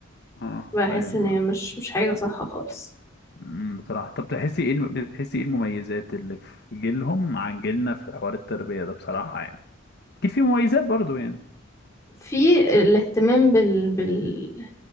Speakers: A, on the left (about 55°); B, on the left (about 15°).
A: آه،
B: بحس
A: فاهم
B: ان
A: آه.
B: هي مش مش حاجة صح خالص
A: أمم، بصراحة طب تحسي ايه الم- بتحسي ايه المميزات اللي في جيلهم عن جيلنا في حوار التربية ده بصراحة يعني اكيد في مميزات برضو يعني
B: في الاهتمام بال... بال...